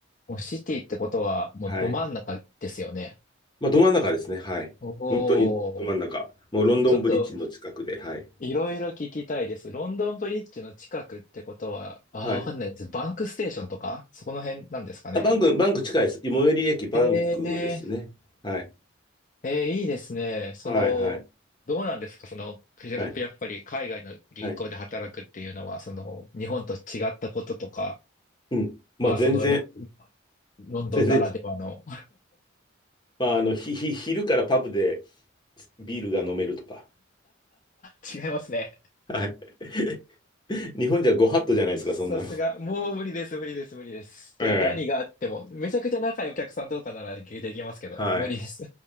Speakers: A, on the left (about 40°); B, on the left (about 25°).
A: もうシティってことは、もうど真ん中ですよね。
B: はい。まあ、ど真ん中ですね。はい。
A: おお、
B: 本当にど真ん中。もうロンドンブリッジの近くで、
A: ちょっと
B: はい。
A: いろいろ聞きたいです。ロンドンブリッジの近くってことは、ああ、
B: はい。
A: わかんないです。バンクステーションとか、そこの辺なんですかね。
B: あ、バンク、バンク近いです。最寄り駅バンクですね。
A: ええ
B: はい。
A: えーいいですね。その、
B: はい、はい、
A: どうなんですかその、ややっぱり海外の銀行で働くっていうのは、
B: はい、はい。
A: その、日本と違ったこととか、
B: うん。
A: まあ、
B: まあ、全然、
A: その、ロ、ロンドンならではの
B: 全然、まあ、あの、ひ、ひ、昼からパブでビールが飲めるとか。
A: <laughs> 違いますね。
B: はい。<laughs> 日本じゃご法度じゃないですか、
A: さすが、
B: そんなの。
A: もう無理です、無理です、無理です。で、
B: ええ。
A: 何があっても、めちゃくちゃ仲いいお客さんとかなら聞いていきますけど、
B: はい。
A: 無理です。